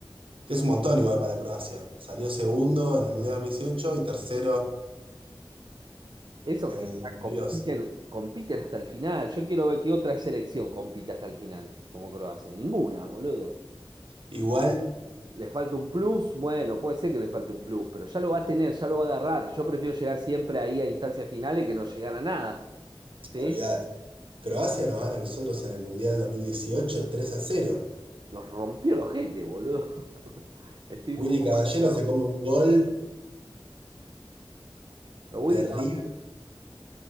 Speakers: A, on the right; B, on the right.
A: que es un montón igual para Croacia. Salió segundo en el Mundial 2018 y tercero
B: Esos
A: en
B: que
A: el
B: está-
A: 22.
B: compiten, compiten hasta el final. Yo quiero ver qué otra selección compite hasta el final, como Croacia. Ninguna, boludo.
A: Igual,
B: ¿Le falta un plus? Bueno, puede ser que le falte un plus, pero ya lo va a tener, ya lo va a agarrar. Yo prefiero llegar siempre ahí a instancias finales que no llegar a nada. ¿Sí?
A: olvidad, Croacia nos gana a nosotros en el Mundial 2018 tres a cero
B: Nos rompió el ojete, boludo. <laughs> Estoy
A: Willy
B: un poco
A: Caballero
B: mal hablado.
A: se come un gol
B: Pero Willy,
A: Terrible.
B: Cab-